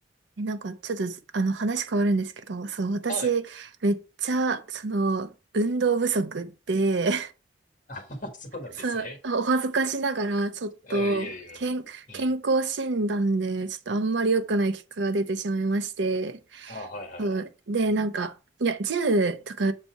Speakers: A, on the right; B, on the left.
A: え、なんか、ちょっとあの、話変わるんですけど、そう、私、
B: はい。
A: めっちゃ、その、運動不足で、
B: <laughs> あそうなんですね。
A: そう、お恥ずかしながら、ちょっと、
B: えーいやいやいや。
A: 健、
B: うん。
A: 健康診断で、ちょっとあんまり良くない結果が出てしまいまして、
B: あ、はいはいはい。
A: そうで、なんか、いや、ジムとか